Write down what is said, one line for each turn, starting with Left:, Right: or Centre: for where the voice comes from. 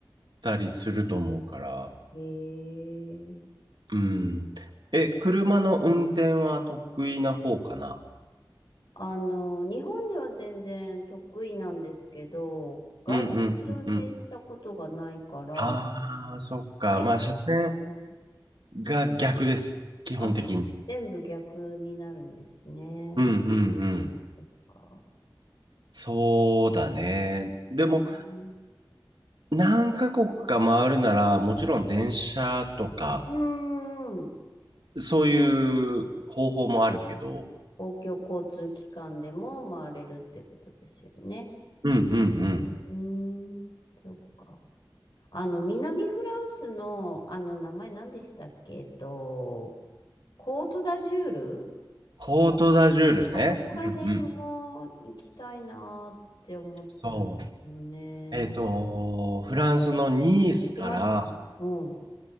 Right: たりすると思うから、
Left: ええ
Right: うん。え、車の運転は得意な方かな
Left: あの、日本では全然得意なんですけど、外国で運転したことがないから、
Right: うんうんうんうん。ああ、そっか。
Left: あれ、
Right: まあ、車線、
Left: うん、
Right: が逆です。基本的に。
Left: あ、全部逆になるんですね。
Right: うんうんうん。
Left: そっか。
Right: そうだね。でも、
Left: うん。
Right: 何カ国か回るなら、もちろん電車とか、
Left: うん。
Right: そういう方法もあるけど、
Left: 公共交通機関でも回れるってことですよね。
Right: うんうんうん。
Left: うん。そっか。あの、南フランスの、あの、名前何でしたっけえっと、コートダジュール
Right: コートダジュールね。
Left: あそこら辺も行きたいなーって思ってるんですよね。
Right: うんうん。そう。えっと、
Left: 行
Right: フランスのニースから
Left: きましたうん、